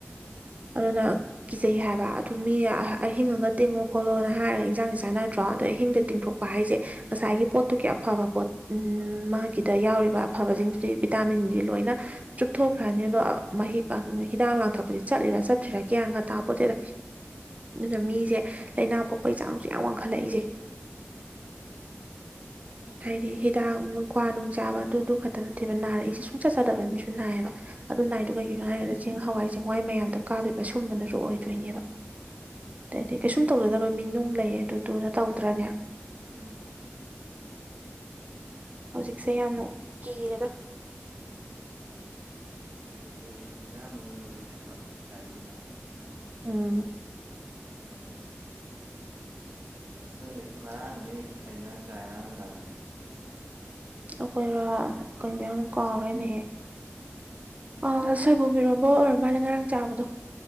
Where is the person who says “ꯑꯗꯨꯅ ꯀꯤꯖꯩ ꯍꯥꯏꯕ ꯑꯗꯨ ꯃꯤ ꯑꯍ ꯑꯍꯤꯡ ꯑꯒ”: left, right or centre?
Right